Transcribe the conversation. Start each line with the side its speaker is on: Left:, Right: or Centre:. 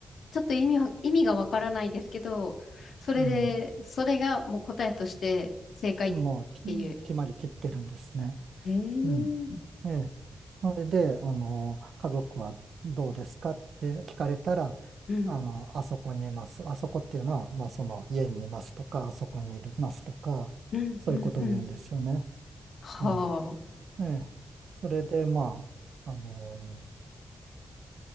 Left: ちょっと意味は、意味がわからないですけど、それで、
Right: うん。
Left: それがもう答えとして正解っていう。
Right: もう、き決まりきってるんですね。
Left: ええ、
Right: うん。ええ。それで、あの、家族はどうですかって聞かれたら、
Left: うん、
Right: あの、あそこにいます。あそこっていうのは、まあ、その家にいますとか、あそこにいますとか、
Left: うん、
Right: そういうことを言うんですよね。
Left: うん、うん。は
Right: うん。
Left: あ、
Right: ええ。それで、まあ、あの